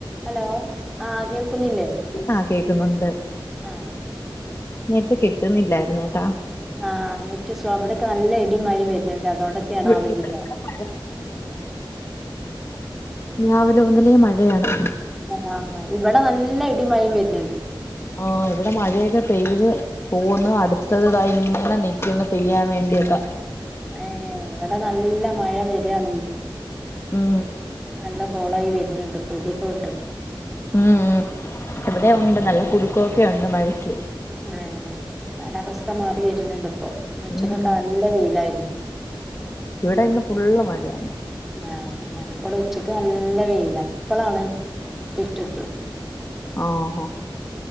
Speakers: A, in the centre; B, on the left.
A: ഹലോ ആഹ് കേൾക്കുന്നില്ലേ
B: ആഹ് കേക്കുന്നുണ്ട്
A: ആ
B: നേരത്തെ കിട്ടുന്നില്ലായിരുന്ന് കേട്ടാ
A: ആഹ് നെറ്റ് സ്ലോ ഇവിടൊക്കെ നല്ല ഇട് ഇടിയും മഴയും വരണു ഇനി അതുകൊണ്ടൊറ്റെയാണോ
B: ഇവി-
A: <unintelligible> ഇനിയിപ്പോ
B: ഇവിടെ മഴ. രാവിലെ മുതലേ മഴയാണ്
A: ആഹ് ഇവിടെ നല്ല ഇടിയും മഴയും വരുന്നുണ്ട്.
B: ആഹ് ഇവിടെ മഴയൊക്കെ പെയ്ത് തോന്നു അടുത്തതിതാ ഇങ്ങനെ നിൽക്കുന്നു പെയ്യാൻ വേണ്ടിയക്കാ
A: ഏഹ് ഇവിടെ നല്ല മഴ വരികാണ്
B: ഉം
A: നല്ല കോളായി വരുന്നുണ്ട് ഇപ്പൊ ഇടിയൊക്കെ വെട്ടുണ്ട്.
B: ഉം ഉം ഇവിടെയും ഉണ്ട് നല്ല കുടുക്കവൊക്കെ ഉണ്ട് മഴയ്ക്ക്
A: ആ കാലാവസ്ഥ മാറി വരുന്നുണ്ട് ഇപ്പൊ ഇന്ന് ഉച്ചക്കൊക്കെ
B: ഉം
A: നല്ല വെയിലായിരുന്നു
B: ഇവിടെ ഇന്ന് ഫുള്ള് മഴ തന്നെ
A: ആഹ് ഞങ്ങക്കിവിടെ ഉച്ചക്ക് നല്ല വെയിലാ ഇപ്പളാണ് ഇരുട്ട് കുത്തിയെ
B: ആഹ് ഹാ